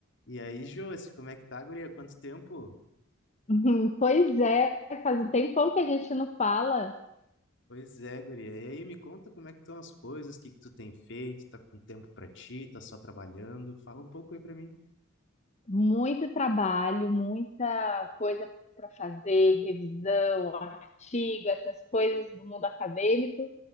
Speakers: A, on the left (about 60°); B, on the left (about 35°).
A: E aí, Josi, como é que tá, guria? Quanto tempo?
B: <laughs> Uhum, Pois é, faz um tempão que a gente não fala.
A: Pois é, guria. E aí, me conta como é que estão as coisas, o que que tu tem feito, tá com tempo pra ti, tá só trabalhando? Fala um pouco aí pra mim.
B: Muito trabalho, muita coisa para fazer, revisão, artigo, essas coisas do mundo acadêmico,